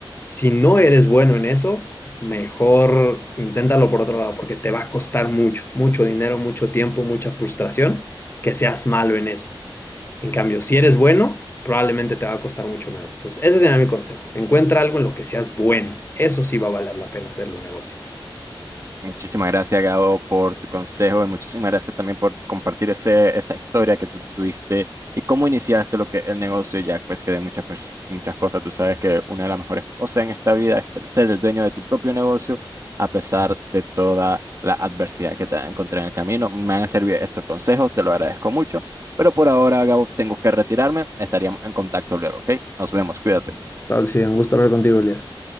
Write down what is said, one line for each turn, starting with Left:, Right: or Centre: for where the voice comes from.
Left: Si no eres bueno en eso, mejor inténtalo por otro lado, porque te va a costar mucho, mucho dinero, mucho tiempo, mucha frustración que seas malo en eso. En cambio, si eres bueno, probablemente te va a costar mucho menos. Entonces, ese sería mi consejo. Encuentra algo en lo que seas bueno. Eso sí va a valer la pena hacerle un negocio.
Right: Muchísimas gracias, Gabo, por tu consejo y muchísimas gracias también por compartir ese, esa historia que tú tuviste y cómo iniciaste lo que el negocio ya, pues que de muchas, pers- muchas cosas, tú sabes que una de las mejores cosas en esta vida es ter- ser el dueño de tu propio negocio a pesar de toda la adversidad que te encontré en el camino. Me han servido estos consejos, te lo agradezco mucho, pero por ahora, Gabo, tengo que retirarme. Estaríamos en contacto luego, ¿ok? Nos vemos, cuídate.
Left: Claro que sí, un gusto hablar contigo, Elías.